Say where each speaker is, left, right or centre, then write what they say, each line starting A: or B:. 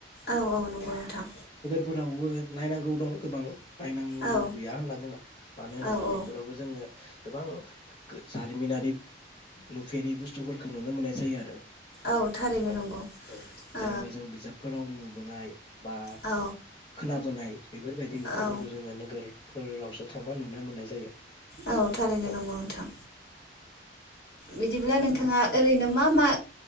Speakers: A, on the left; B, on the left.
A: औ औ नंगौ नोंथां।
B: फोरावबो नायनांगौ दं गोबां नायनांगौ
A: औ
B: गैया होनना बुङा। मानो होनोब्ला
A: औ औ
B: बेफोर जोङो गोबां जारिमिनारि नुफेरि बुस्थुफोरखौ नुनो मोननाय जायो आरो।
A: औ थारैनो
B: औ
A: नंगौ
B: औ
A: ओ
B: जेनेबा जों बिजाब फोराव नुबोनाय बा
A: औ
B: खोना बोनाय बेफोरबायदि नुथाइफोरखौ
A: औ
B: जोङो नोगोरफोरावसो थांबा नुनो मोननाय जायो।
A: औ थारैनो
B: औ
A: नंगौ नोंथां बिदिब्ला नोंथां नोंथाङा ओरैनो मा मा